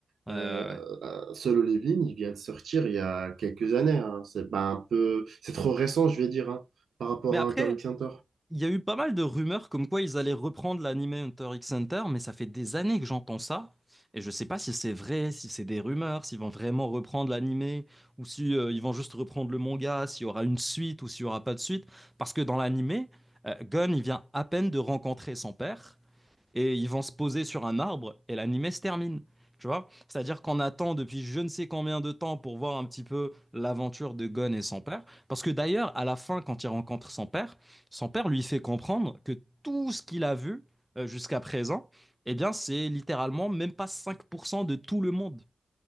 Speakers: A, in the centre; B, on the right (about 85°).
A: ouais,
B: Euh,
A: ouais, ouais.
B: Solo Leveling, il vient de sortir il y a quelques années. hein. C'est pas un peu, c'est trop récent, je vais dire, hein, par rapport
A: Mais après.
B: à Hunter x Hunter.
A: Il y a eu pas mal de rumeurs comme quoi ils allaient reprendre l'anime Hunter x Hunter, mais ça fait des années que j'entends ça. Et je sais pas si c'est vrai, si c'est des rumeurs, s'ils vont vraiment reprendre l'anime, ou si euh, ils vont juste reprendre le manga, s'il y aura une suite ou s'il y aura pas de suite. Parce que dans l'anime, euh, Gon, il vient à peine de rencontrer son père et ils vont se poser sur un arbre et l'animé se termine. Tu vois C'est-à-dire qu'on attend depuis je ne sais combien de temps pour voir un petit peu l'aventure de Gon et son père. Parce que d'ailleurs, à la fin, quand il rencontre son père, son père lui fait comprendre que tout ce qu'il a vu euh, jusqu'à présent, eh bien, c'est littéralement même pas 5% de tout le monde.